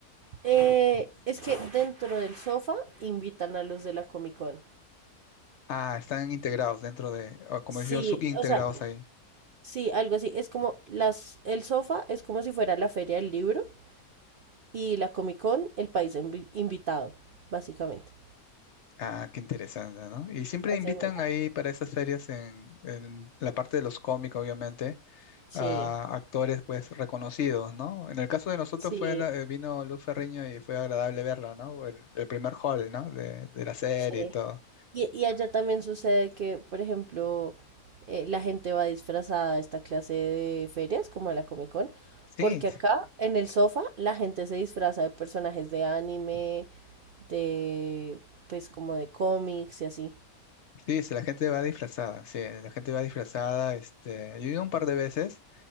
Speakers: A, on the right; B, on the left.
A: Eh, es que dentro del sofá invitan a los de la Comic Con.
B: Ah, están integrados dentro de, o como
A: Sí,
B: decía, subintegrados
A: o sea,
B: ahí.
A: sí, algo así. Es como las, el sofá es como si fuera la feria del libro y la Comic Con el país envi- invitado, básicamente.
B: Ah, qué interesante, ¿no? Y siempre
A: Hacemos,
B: invitan ahí para esas ferias en, en la parte de los cómicos, obviamente,
A: sí,
B: a actores pues reconocidos, ¿no? En el caso de nosotros
A: sí,
B: fue, eh, vino Luz Ferriño y fue agradable verla, ¿no? El, el primer hall, ¿no? De, de la serie
A: sí.
B: y todo.
A: Y, y allá también sucede que, por ejemplo, eh, la gente va disfrazada a esta clase de ferias, como a la Comic Con,
B: Sí,
A: porque acá en el sofá la gente se disfraza de personajes de anime, de, pues como de cómics y así.
B: sí, sí, la gente va disfrazada, sí, la gente va disfrazada, este, yo he ido un par de veces.